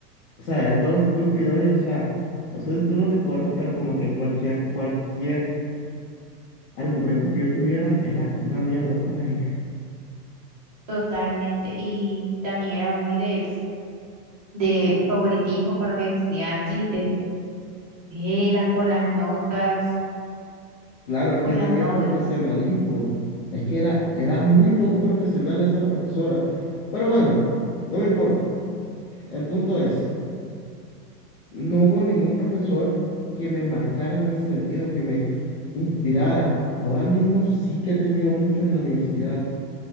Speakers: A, on the left (about 50°); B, on the right (about 25°).
A: O sea, era todo estúpido y, o sea, no sé si tú lo recuerdas, pero como que cualquier, cualquier argumento que yo tuviera era una mierda para ellos.
B: totalmente. Y también era muy de, de favoritismo con los estudiantes y de, de las- con las notas,
A: Claro, es
B: con
A: que no
B: las
A: había
B: notas.
A: profesionalismo. Es que era, era muy poco profesional esa profesora. Pero bueno, no me importa. El punto es, no hubo ningún profesor que me marcara en ese sentido, que me inspirara. Ahora mismo sí que he tenido muchos en la universidad.